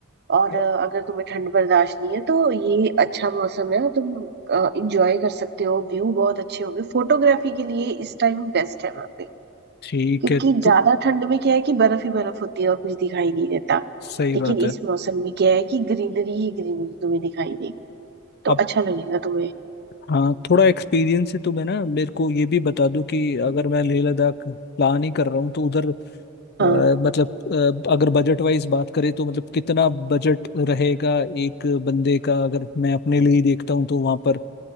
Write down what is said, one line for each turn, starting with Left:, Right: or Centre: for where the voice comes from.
Right: और
Left: अ,
Right: अ, अगर तुम्हें ठंड बर्दाश्त नहीं है तो ये अच्छा मौसम है तुम इंजॉय कर सकते हो व्यू बहुत अच्छे होंगे फोटोग्राफी के लिए इस टाइम बेस्ट है वहाँ पे
Left: ठीक
Right: क्योंकि
Left: है तो
Right: ज्यादा ठंड में क्या है कि बर्फ ही बर्फ होती है और कुछ दिखाई नहीं देता
Left: सही
Right: लेकिन
Left: बात है
Right: इस मौसम में क्या है कि ग्रीनरी ही ग्रीनरी तुम्हें दिखाई देगी तो
Left: अब
Right: अच्छा लगेगा तुम्हें
Left: हाँ थोड़ा एक्सपीरियंस है तो मैं ना मेरे को ये भी बता दो कि अगर मैं लेह लद्दाख प्लान ही कर रहा हूँ तो उधर अ,
Right: हाँ
Left: मतलब अ, अगर बजट वाइज बात करें तो मतलब कितना बजट रहेगा एक बंदे का अगर मैं अपने लिए ही देखता हूँ तो वहां पर